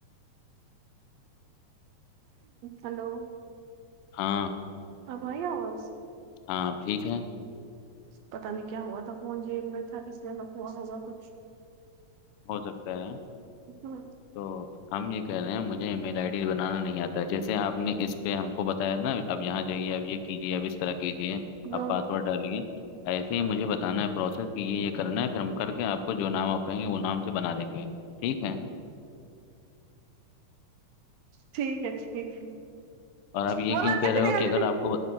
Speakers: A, on the right; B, on the left.
A: ہلو
B: ہاں
A: ا بھائی آواز
B: ہاں ٹھیک ہے
A: پتا نہیں کیا ہوا تھا فون جیب میں تھا اس لیے مت ہوا ہوگا کچھ
B: ہو سکتا ہے
A: ہاں
B: تو ہم یہ کہہ رہے ہیں مجھے ای میل آئی ڈی بنانا نہیں آتا ہے جیسے آپ نے اس پہ ہم کو بتایا نا اب یہاں جائیے اب یہ کیجیے اب اس طرح کیجیے
A: ہاں
B: آپ پاسورڈ ڈالے ایسے ہی مجھے بتانا ہے پروسیس کہ یہ یہ کرنا ہے پھر ہم کر کے آپ کو جو نام آپ کہیں گے وہ نام سے بنا دیں گے ٹھیک ہے
A: ٹھیک ا ٹھیک ہے
B: اور آپ یہ
A: بولا
B: کیوں کہہ
A: ایسے
B: رہے
A: نہیں
B: ہو کہ اگر
A: دیدی
B: آپ کو